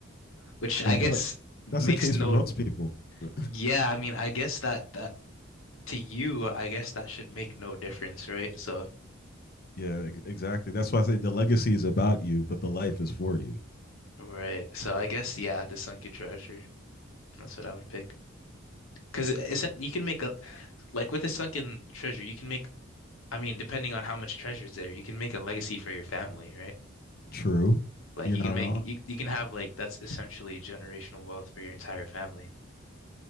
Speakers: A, on the left (about 70°); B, on the left (about 45°).
A: which I
B: i mean
A: guess
B: i feel like
A: makes
B: that's the case
A: no.
B: for most people <laughs>
A: Yeah, I mean, I guess that that to you, I guess that should make no difference, right? So,
B: Yeah, exactly. That's why I say the legacy is about you, but the life is for you.
A: right. So I guess yeah, the sunken treasure. That's what I would pick. Because isn't you can make a like with the sunken treasure, you can make. I mean, depending on how much treasure is there, you can make a legacy for your family, right?
B: True.
A: Like
B: You're
A: you
B: not
A: can make
B: wrong.
A: you you can have like that's essentially generational wealth for your entire family